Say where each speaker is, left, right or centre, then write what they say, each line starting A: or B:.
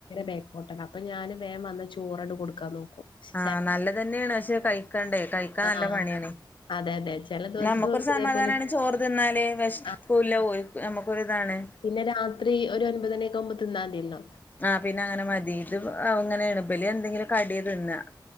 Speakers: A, on the left; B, on the left.
A: ബേക്കോട്ടാണ് അപ്പൊ ഞാൻ വേം വന്ന് ചോറങ്ങട് കൊടുക്കാൻ നോക്കും പക്ഷെ
B: ആഹ്
A: ചെല
B: നല്ലതന്നെണ് പക്ഷെ കഴിക്കണ്ടേ കൈ ക്കാനല്ല
A: ആഹ്
B: പണിയാണ്
A: അതെ അതെ ചെല ദിവസം
B: നമുക്കൊരു
A: ഓൽക്ക്
B: സമാധാനണ്‌
A: ഇതേപോലെ
B: ചോറ് തിന്നാല് വിഷപ്പൂല്ല
A: ആഹ്
B: നമ്മക്കൊരിതാണ്
A: പിന്നെ രാത്രി ഒരു ഒൻപത് മണിയൊക്കെ ആവുമ്പോ തിന്നാതിയല്ലോ
B: ആഹ് പിന്നെ അങ്ങനെ മതി ഇത് ഇങ്ങനെ ഇബല് എന്തെങ്കിലും കടി തിന്ന